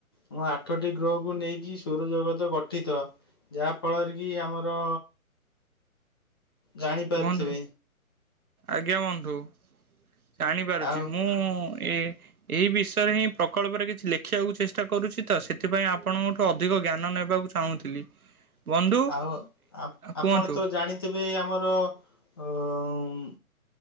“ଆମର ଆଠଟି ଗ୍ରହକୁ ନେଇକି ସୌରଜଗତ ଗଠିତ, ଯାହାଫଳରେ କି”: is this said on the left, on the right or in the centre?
Left